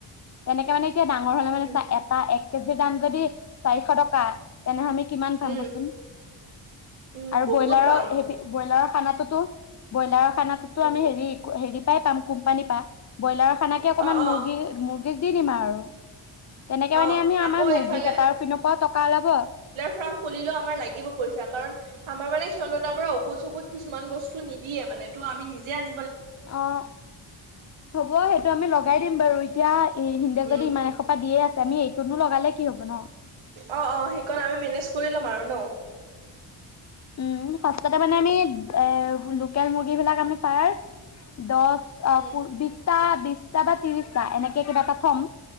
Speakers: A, on the left; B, on the right.
A: তেনেকে মানে ডাঙৰ হ'লে মানে
B: উম
A: চা এটা এক কেজিৰ দাম যদি চাৰিশ টকা তেনে আমি কিমান পাম
B: উম
A: বচোন
B: উম
A: আৰু
B: বহুত
A: ব্ৰইলাৰৰ
B: পাম
A: সে ব্ৰইলাৰৰ খানাতোতো ব্ৰইলাৰ খানাটোতো
B: উম
A: আমি হেৰি হেৰি পাই পাম কোম্পানী পা ব্ৰইলাৰৰ খানাকে অকণমান
B: অ অ
A: মুৰ্গী মুৰ্গী দিগ দি দিম আৰু । তেনেকে মানে
B: অ
A: আমি আমাৰ
B: আকৌ
A: মুৰ্গী
B: ইফালে
A: কেইটাৰ পিনৰ পৰাও টকা ওলাব।
B: <unintelligible> খুলেও আমাৰ লাগিব পইা কাৰণ আমাৰ মানে ক্ষতাৰ পৰা ষুধ চু কিছমান বস্তু নিদিয়ে মানে ত আমি নিজে আম।
A: অ' হ'ব সেইটো। আমি লগাই দিম বাৰু। তেতিয়া হিন্দে
B: উম
A: যদি ইমান এসোপা দিয়ে আছে <unintelligible> কি হ'ব ন
B: অ', অ' সেইকণ আমি মেনেজ কৰি ল'ম আৰু ন
A: উম ফতে মানে আমি এ লোকেল মুৰ্গী বিিলাক আমি পাই দ
B: উম
A: বি বিশটা বা ত্ৰিশটা এনেকে কিবা এটা থম